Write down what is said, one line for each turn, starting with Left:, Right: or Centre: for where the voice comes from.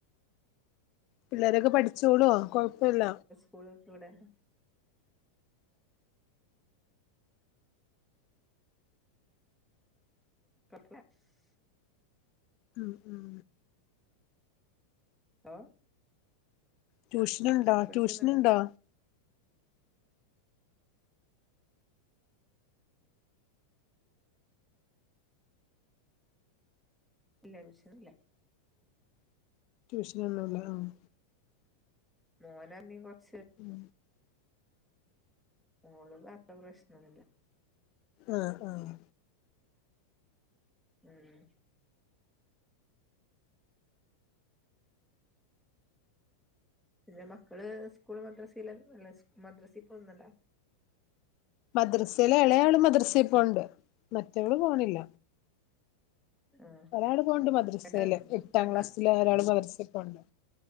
Left: പിള്ളോരൊക്കെ പഠിച്ചോളോ കൊഴപ്പില്ല
Centre: സ്കൂളു വിട്ടുടനെ <unintelligible> ലാപ്സ്
Left: ഉം ഉം
Centre: ലോ
Left: ട്യൂഷനുണ്ടാ
Centre: കേൾക്കുന്നുണ്ടോ
Left: ട്യൂഷനുണ്ടോ
Centre: ഇല്ല ട്യൂഷ നില്ല
Left: ട്യൂഷനൊന്നൂല്ല ആഹ്
Centre: മോന അമ്മീം കൊറച്ച്
Left: ഉം
Centre: മോള് മാത്രം പ്രശ്നോന്നില്ല
Left: ആഹ് ആഹ്
Centre: ആഹ് പിന്നെ മക്കള് സ്കൂൾ മദ്രസേലല്ല അല്ല മദ്രസേൽ പോന്നുണ്ടോ
Left: മദ്രസേല് ഇളയാള് മദ്രസേ പോണ്ട് മറ്റവള് പോണില്ല
Centre: ആഹ്
Left: ഒരാള് പോണ്ട് മദ്രസേല്
Centre: എന്റെ
Left: എട്ടാം
Centre: പെണ്ണാ
Left: ക്ലാസ് ല്ഒരാള് മദ്രസേൽപോണ്ട്